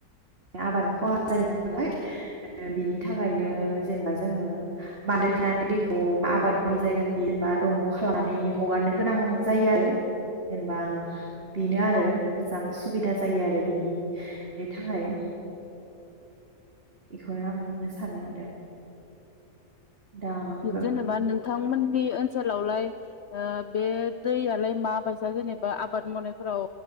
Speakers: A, on the right; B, on the left.
A: आबादा खहा जायो नालाय बिनि थाखायनो जेनेबा जोङो बान्दो थेनानै दैखौ आबाद मावि जायगाखै जेनेबा दंग खालामनानै हगारनो गोनां जायो आरो जेनेबा बेनो आरो
B: औ
A: मोजां सु सुबिदा जायो आरो बिनि थाखाय। बेखौनो आं बुंनो सान सानो आरो। दा
B: जेनेबा नोंथांमोन नि ओनसोलावलाय ओ बे दैयालाय मा बायसा जेनेबा आबाद मावनायफोराव